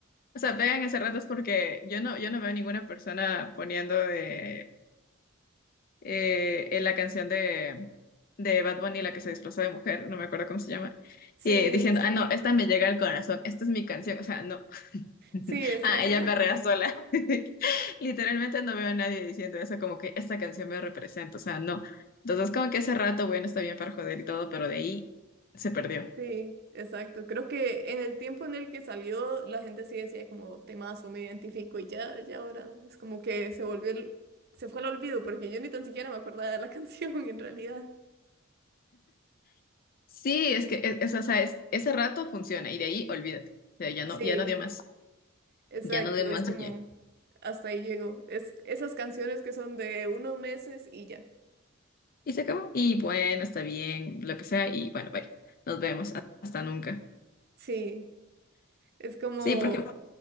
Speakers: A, on the left; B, on the right.
A: o sea, pegan ese rato es porque yo no, yo no veo ninguna persona poniendo de, eh, en la canción de, de Bad Bunny, la que se disfrazó de mujer, no me acuerdo cómo se llama,
B: Sí,
A: y diciendo, ah, no, esta me llega al corazón, esta es mi canción, o sea, no. <laughs>
B: sí, exacto.
A: Ah, ella perrea sola. <laughs> Literalmente no veo a nadie diciendo eso, como que esta canción me representa, o sea, no. Entonces, como que ese rato, bueno, está bien para joder y todo, pero de ahí se perdió.
B: Sí, exacto. Creo que en el tiempo en el que salió, la gente sí decía como temazo, me identifico y ya, ya ahora es como que se volvió el, se fue al olvido porque yo ni tan siquiera me acordaba de la <laughs> canción en realidad.
A: Sí, es que es, es- o sea, es- ese rato funciona y de ahí olvídate. O sea, ya no,
B: Sí,
A: ya no dio más,
B: exacto.
A: ya no dio
B: Es
A: más
B: como
A: y ya.
B: hasta ahí llegó. Es esas canciones que son de unos meses y ya.
A: Y se acabó. Y bueno, está bien, lo que sea, y bueno, bye. Nos vemos. Hasta nunca.
B: Sí, es como,
A: Sí, porque,